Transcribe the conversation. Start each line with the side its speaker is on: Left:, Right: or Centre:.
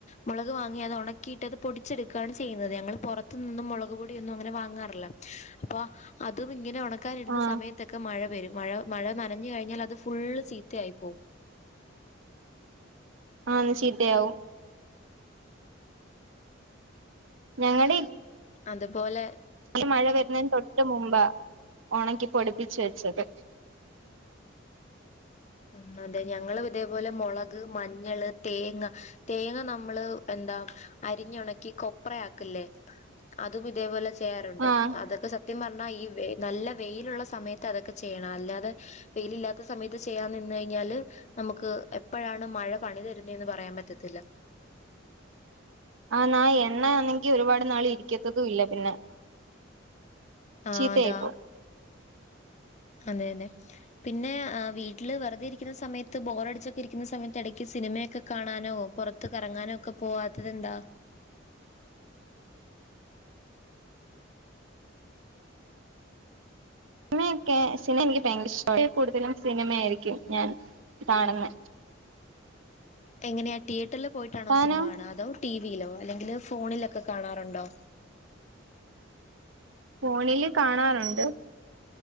Left: മുളക് വാങ്ങി അത് ഉണക്കിയിട്ട് അത് പൊടിച്ചെടുക്കുകയാണ് ചെയ്യുന്നത് ഞങ്ങൾ പുറത്തു നിന്നും മുളക് പൊടിയൊന്നും അങ്ങനെ വാങ്ങാറില്ല അപ്പൊ അതും ഇങ്ങനെ ഒണക്കാൻ ണക്കാൻ ഇടുന്ന
Right: ആഹ്
Left: സമയത്തൊക്കെ മഴ വരും മഴ മഴ നനഞ്ഞു കഴിഞ്ഞാൽ അത് ഫുള്ള് ചീത്തയായി പോവും
Right: ആഹ് ചീത്തയാവും ഞങ്ങടെ
Left: അതുപോലെ
Right: ഇ മഴ വരുന്നതിന് തൊട്ട് മുമ്പ ഒണക്കി പൊടിപ്പിച്ച് വെച്ചത്
Left: ഉം അതെ ഞങ്ങള് ഇതേപോലെ മുളക് മഞ്ഞള് തേങ്ങ തേങ്ങ നമ്മള് എന്താ അരിഞ്ഞു ഉണക്കി കൊപ്രയാക്കില്ലേ അതും ഇതേപോലെ ചെയ്യാറുണ്ട്
Right: ആഹ്
Left: അതൊക്കെ സ ത്യം പറഞ്ഞാൽ ഈ നല്ല വെയിലുള്ള സമയത്ത് അതൊക്കെ ചെയ്യണം അല്ലാതെ വെയിലല്ലാത്ത സമയത്ത് ചെയ്യാൻ നിന്ന് കഴിഞ്ഞാല് നമുക്ക് എപ്പഴാണ് മഴ പണി തരുന്ന എന്ന് പറയാൻ പറ്റത്തില്ല
Right: ആ നാ എണ്ണ ആണെങ്കി ഒരുപാട് നാൾ ഇരിക്കത്തതും ഇല്ല പിന്നെ
Left: ആഹ്
Right: ചീത്തയായി
Left: അതാ
Right: പോവും
Left: അതെ അതെ പിന്നെ വീട്ടില് വെറുതെ ഇരിക്കുന്ന സമയത്ത് ബോറടിച്ച് ഒക്കെ ഇരിക്കുന്ന സമയത്ത് എടയ്ക്ക് സിനിമയൊക്കെ കാണാനോ പുറത്ത് കറങ്ങാനോ ഒക്കെ പോവാത്തത് എന്താ
Right: ഓക്കെ എനിക്ക് ഭയങ്കര ഇഷ്ടം കൂടുതലും സിനിമയായിരിക്കും ഞാൻ കാണുന്ന
Left: എങ്ങനെയാ തീയറ്ററില് പോയിട്ടാണോ
Right: താനോ
Left: സിനിമ കാണുക അതോ ടി വിയിലോ അല്ലെങ്കിൽ ഫോണിലൊക്കെ കാണാറുണ്ടോ
Right: ഫോണില് കാണാറുണ്ട്